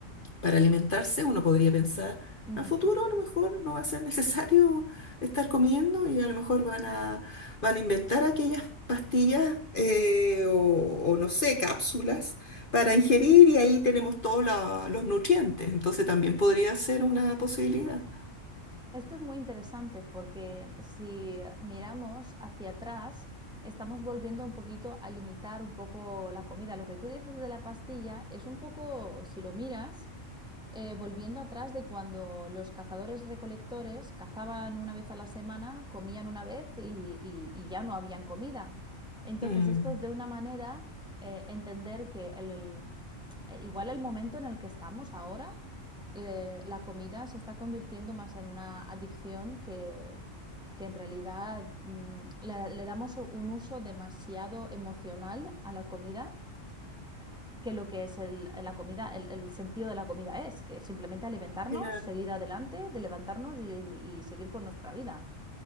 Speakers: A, on the left; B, in the centre.
A: para alimentarse, uno podría pensar,
B: Ujú.
A: a futuro a lo mejor no va a ser necesario <laughs> estar comiendo y a lo mejor van a, van a inventar aquellas pastillas eh, o, o no sé, cápsulas para ingerir y ahí tenemos todos la- los nutrientes. Entonces también podría ser una posibilidad.
B: Esto es muy interesante porque si miramos hacia atrás, estamos volviendo un poquito a limitar un poco la comida. Lo que tú dices de la pastilla es un poco, si lo miras, eh, volviendo atrás de cuando los cazadores recolectores cazaban una vez a la semana, comían una vez y, y- y ya no habían comida. Entonces,
A: Mm,
B: esto es de una manera eh, entender que el- el- eh, igual el momento en el que estamos ahora eh, la comida se está convirtiendo más en una adicción que, que en realidad mm, le, le damos un uso demasiado emocional a la comida que lo que es el, la comida, el, el sentido de la comida es, que es simplemente alimentarnos,
A: claro.
B: seguir adelante, de levantarnos y, y seguir con nuestra vida.